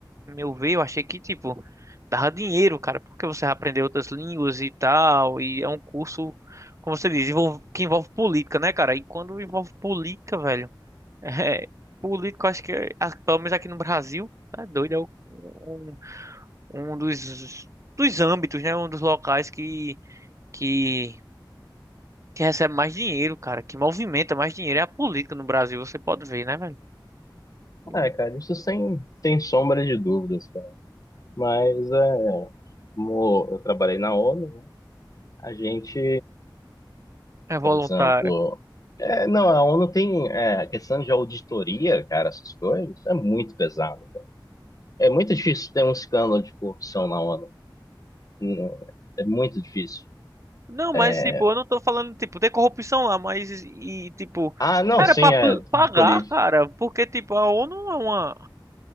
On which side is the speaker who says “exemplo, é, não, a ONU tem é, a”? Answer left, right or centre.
Left